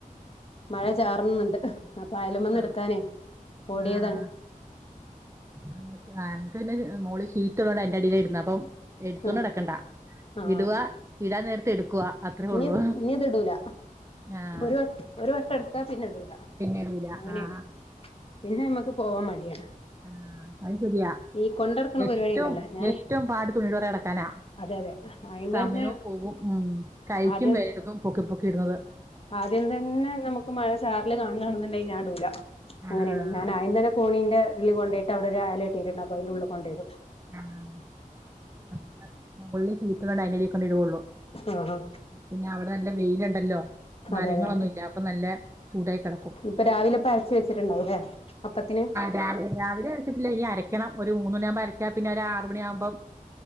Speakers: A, on the left (about 40°); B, on the right (about 20°).
A: മഴ ചാറുന്നുണ്ട് അപ്പ അയാലും
B: അതെയോ
A: വന്ന് എടുക്കാനേ ഓടിയതാണ്
B: ആഹ് ഞങ്ങക്ക് ആഹ് ഞങ്ങക്ക്പിന്നെ മോളിൽ ഷീറ്റ് ഉള്ളോണ്ടാ അതിന്റെ അടിയില ഇടുന്നെ അപ്പം എടുത്തോണ്ട്
A: ആഹ്
B: നടക്കണ്ടാ
A: ആഹ്
B: ഇടുകാ ഇടാൻ നേരത്ത് എടുക്കുവാ അത്രേ
A: ഇനി
B: ഉള്ളൂ
A: ഇനി അത് ഇടൂല
B: ആഹ്
A: ഒരു വ ഒരു വട്ടം എടുത്താ പിന്നെ ഇടൂല
B: പിന്നെ ഇടൂല
A: അങ്ങനെയാണ്
B: ആഹ്
A: പിന്നെ നമുക്ക് പോവാൻ മടിയാണ്
B: ആഹ് അത് ശരിയാ
A: ഈ കൊണ്ടടക്കണ
B: ഏറ്റവും
A: പരിപാടി ഉണ്ടല്ലോ ഞാന്
B: ഏറ്റവും പാട് തുണിയുടെ പുറകെ നടക്കാനാ
A: അതെ അതെ അയിന്റെ
B: സമയവും
A: തന്നെ
B: പോവും ഉം കയ്ക്കും
A: ആദ്യം
B: വേദനയെടുക്കും പൊക്കി പൊക്കി ഇടുന്നത്
A: ആദ്യം തന്നെ നമുക്ക് മഴ ചാറൽ കാണുകയാണെന്നുണ്ടെങ്കിൽ ഞാൻ ഇടൂല അങ്ങനെയാണ്
B: ആഹ് ആഹ്
A: ഞാൻ ആദ്യം തന്നെ കോണീന്റെ ഇതി കൊണ്ട പോയിട്ട് അവിടെ അഴ കെട്ടിട്ടുണ്ട് അപ്പ അതിന്റെ ഉള്ളിൽ കൊണ്ട പോയിടും
B: ആഹ് ഞങ്ങള് മുകളില് ഷീറ്റ് ഉള്ളത് കൊണ്ട് അതിന്റടിക്കൊണ്ട് ഇടുള്ളു
A: ആഹ് ആഹ്
B: പിന്നെ അവിടെ നല്ല വെയിലുണ്ടല്ലോ മരങ്ങളൊന്നുമില്ല
A: അതെ അതെ അതെ
B: അപ്പൊ നല്ല ചൂടായി കിടക്കും
A: ഇപ്പൊ രാവിലെ ഇപ്പ അരച്ച് വെച്ചിട്ടുണ്ടാവൂല്ലേ അപ്പത്തിന്
B: രാവില രാവിലെരച്ചിട്ടില്ല ഇനി അരക്കണം ഒരു മൂന്ന് മണിയാവുമ്പോ അരച്ചാ പിന്നെ ഒരു ആറു മണിയാകുമ്പം